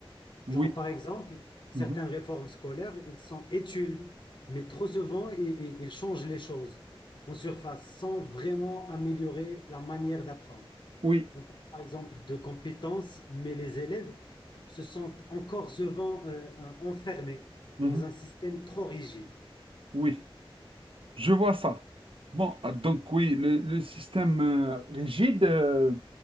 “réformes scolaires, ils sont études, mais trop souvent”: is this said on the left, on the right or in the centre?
Left